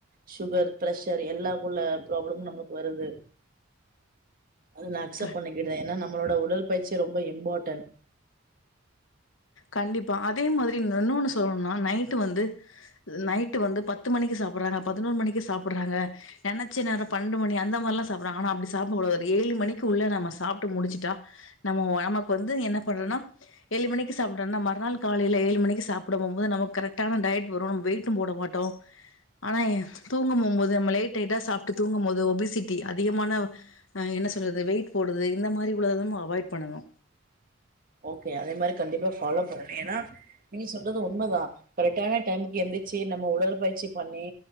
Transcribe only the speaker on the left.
க
கண்டிப்பா அதே மாதிரி இன்னொன்னு சொல்ணுனா நைட்டு வந்து நைட்டு வந்து பத்து மணிக்கு சாப்பறாங்க பதினொரு மணிக்கு சாப்பறாங்க நெனச்ச நேர பண்ணென்டு மணி அந்த மாரிலா சாப்பற்றாங்க ஆனா அப்டி சாப்டகூடாது ஒரு ஏழு மணிக்கு உள்ள நம்ம சாப்ட்டு முடிச்சிட்டா நம்ம நமக்கு வந்து என்ன பண்றனா ஏழு மணிக்கு சாப்ட்டன மறுநாள் காலைல ஏழு மணிக்கு சாப்ட போம்போது நமக்கு கரெக்டான டயட் வரு வெய்டு போடமாட்டோ ஆனா எ தூங்கும்போம்போது நம்ம லேட்லைட்டா சாப்ட்டு தூங்கும் போது ஒபிசிட்டி அதிகமான அ என்ன சொல்றது வெயிட் போடுது இந்த மாரி உள்ளதெல்லா நம்ம அவாய்ட் பண்ணனு